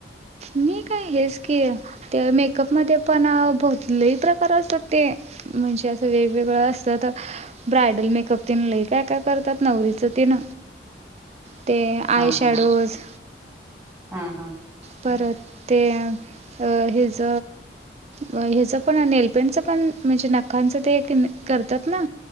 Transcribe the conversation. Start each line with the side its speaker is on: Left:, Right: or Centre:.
Right: मी काय हेच की ते मेकअप मध्ये पण भोतलेही प्रकार असतात ते म्हणजे असं वेगवेगळं असतात ब्रायडल मेकअप तेन लय काय काय करतात नवरीच तिन. ते
Centre: हा
Right: आय
Centre: हा
Right: शॅडोज
Centre: हा हा
Right: परत ते अ हच हच पण नेलपेंटच पण म्हणजे नखांच ते करतात ना..